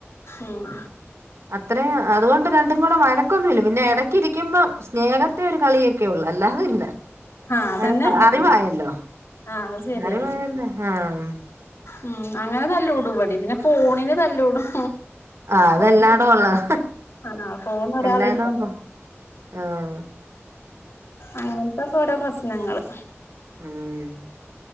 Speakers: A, on the left (about 65°); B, on the right (about 70°).
A: ഉം
B: അത്രേം അതുകൊണ്ട് രണ്ടും കൂടെ വഴക്കൊന്നുല്ല പിന്നെ എടക്ക് ഇരിക്കുമ്പം സ്നേഹത്തി ഒരു കളിയൊക്കെ ഒള്ളൂ അല്ലാതെ ഇല്ല
A: ആഹ് അതന്നെ
B: വഴക്ക്
A: ഇവടിം
B: അറിവായല്ലോ
A: ആഹ് അത് ശരിയാണ്
B: വെടിം അങ്ങനെന്നെ ആഹ്
A: ഉം അങ്ങനെ തല്ലൂടും വെടിം പിന്നെ ഫോണിന് തല്ലൂടും
B: ആഹ് അതെല്ലാടോം
A: <unintelligible>
B: ഉള്ളതാ
A: ആണൊ ഫോണ് ഒരാൾ
B: എല്ലാടോം
A: ഇട്ത്ത
B: ഇപ്പൊ ആഹ്
A: അങ്ങൻത്തെക്കെ ഓരോ പ്രശ്നങ്ങള്
B: ഉം